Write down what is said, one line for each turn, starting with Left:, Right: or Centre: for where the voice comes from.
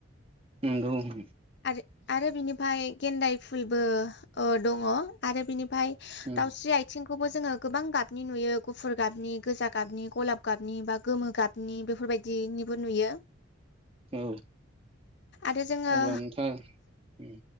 Right: नोंंगौ <unintelligible>
Left: आरो - आरो बिनिफ्राय गेन्दाय फुलबो दङ आरो बिनिफ्राय
Right: उम
Left: दाउ स्रि आथिंखौबो जोङो गोबां गाबनि नुयो गुफुर गाबनि गोजा गाबनि गलाब गाबनि बा गोमो गाब नि बेफोरबायदिनिबो नुयो।
Right: औ
Left: आरो जोङो
Right: अब्ला नोंथां उम